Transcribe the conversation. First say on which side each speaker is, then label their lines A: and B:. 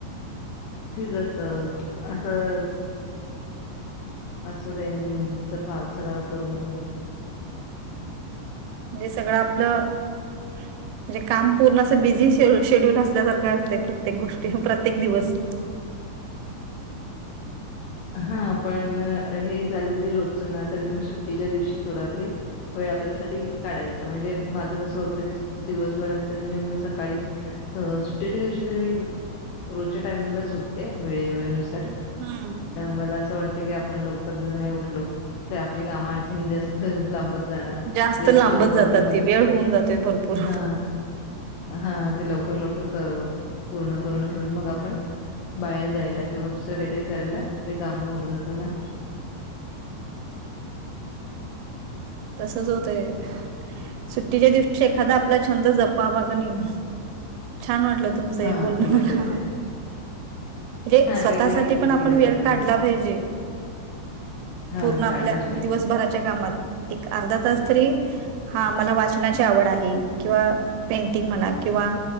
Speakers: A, on the left; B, on the right.
A: ठीक असत असं असं दैनंदिनचा भाग सगळा पूर्णपणे.
B: म्हणजे सगळं आपलं म्हणजे काम पूर्ण असं बिझी शेड्यूल असल्यासारखं असते प्रत्येक गोष्टी प्रत्येक दिवस
A: हा, पण हे झालं जरी रोजच ना तरी तुम्ही सुट्टीच्या दिवशी थोडा तरी वेळ आपल्यासाठी काढायचा म्हणजे माझं कसं होत <unintelligible> दिवसभरात तर मी सकाळी अ सुट्टीच्या दिवशी तरी रोजच्या टायमिंगला सुटते वेळेवर नुसार
B: हं.
A: मला अस वाटत की आपण लवकर जर नाही उठलो तर आपली काम आणखी जास्त ला ब जाणार त्यापेक्षा
B: जास्त लांबत
A: लवकर
B: जातात
A: उठून,
B: ते वेळ होऊन जातोय भरपूर.
A: हा हा ते लवक कर लवकर कराव, पूर्ण करून घेऊन मग आपण बाहेर जायला किंवा दुसंर काहीतरी करायला ते काम होऊन जातो ना.
B: तसच होतंय. सुट्टीच्या दिवशी एखादा आपला छंद जपावा का नाही. छान वाटलं तुमचं
A: हा
B: बोलणं
A: केलं
B: मला.
A: पाहिजे
B: जे
A: हा
B: स्वतः
A: काहीतरी
B: साठी पण
A: हे
B: आपण
A: केलं
B: वेळ
A: पाहिजे
B: काढला
A: हा
B: पाहिजे.
A: हा
B: पूर्ण आपल्या
A: काढलाच पाहिजे
B: दिवसभराच्या कामात. एक अर्धा तास तरी, हा मला वा वाचनाची आवड आहे. किंवा पेंटिंग म्हणा किंवा